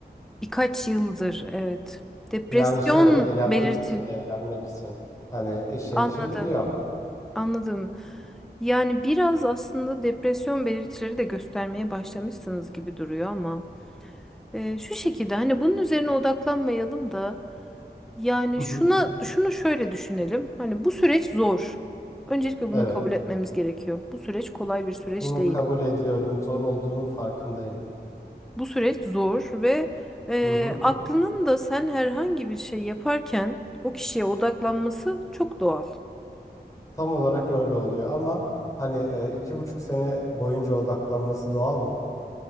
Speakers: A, in the centre; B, on the left (about 20°).
A: Birkaç yıldır evet. Depresyon
B: Yani şöyle eğlenmek
A: belirti.
B: için, eğlenmek için. Hani eşemişe
A: Anladım.
B: mişe gidiyor.
A: Anladım. Yani biraz aslında depresyon belirtileri de göstermeye başlamışsınız gibi duruyor ama e, şu şekilde hani bunun üzerine odaklanmayalım da yani
B: Hı hı.
A: şuna şunu şöyle düşünelim. Hani bu süreç zor. Öncelikle bunu
B: Evet.
A: kabul etmemiz gerekiyor. Bu süreç kolay bir süreç
B: Bunu
A: değil.
B: kabul ediyorum. Zor olduğunun farkındayım.
A: Bu süreç zor ve e,
B: Hı hı.
A: aklının da sen herhangi bir şey yaparken o kişiye odaklanması çok doğal.
B: Tam olarak öyle oluyor ama hani e, iki buçuk sene boyunca odaklanması doğal mı?